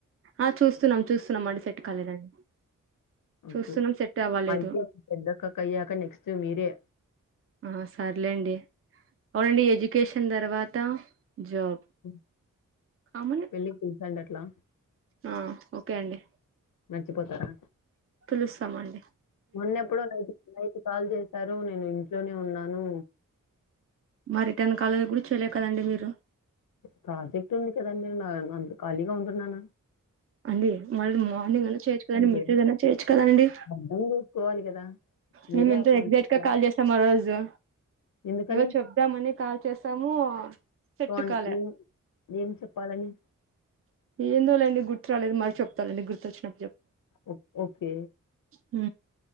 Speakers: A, on the right; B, on the left.
A: ఆ చూస్తున్నాం చూస్ తున్నామండి సెట్ కాలేదండి. చూస్తున్నాం
B: ఓకే
A: సెట్ అవ్వాలేదు
B: అయితే పెద్దక్కకి అయ్యాక నెక్స్ట్ మీరే
A: ఆ సర్లేండి. అవునండి ఎడ్యుకేషన్ తర్వాత జాబ్
B: ఊ
A: కామన్
B: పెళ్ళిక్ పిలసండట్ ట్లా
A: ఆ ఓకే అండి.
B: మర్చిపోతారా.
A: పిలుస్తాం అండి.
B: మొన్న ఎప్పుడో నైట్ నైట్ కాల్ చేశారు నేను ఇంట్ ఇంట్లోనే ఉన్నాను.
A: మా రిటర్న్ కాల్ కూడా చెయలే కదండి మీరు.
B: ప్రాజెక్ట్ ఉంది కదండి నార్మల్ అంద్ ఖాళీగా ఉంటున్నాన
A: అండి మళ్ళీ మార్నింగ్ అయినా చేయొచ్చు కదండి, మెసేజ్
B: కదా!
A: అయినా చేయొచ్చు కదండి.
B: అర్థం చేసుకోవాలి కదా! మీరే
A: మేము ఎంతో
B: అట్లా
A: ఎగ్జాక్ట్
B: అంటే ఎట్లా?
A: గా కాల్ చేసాం ఆ రోజు
B: ఎందుకని?
A: ఏవో చెప్దామని కాల్ చేసామూ. సెట్టుకాలే
B: సో, అన్ ఏం ఏం చెప్పాలని?
A: ఏందోలేండి గుర్త్ త్రలేదు మళ్ళి చెప్తాలేండి గుర్తొచ్చినప్
B: ఓ ఓకే
A: ఊ